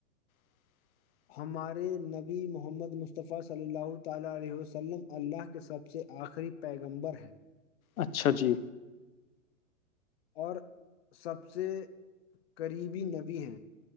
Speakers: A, on the left; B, on the left.
A: <inaudible>
B: ہمارے نبی محمد مصطفی صلی اللہ تعالی علیہ وسلم اللہ کے سب سے آخری پیغمبر ہیں
A: اچھا جی
B: اور سب سے قریبی نبی ہیں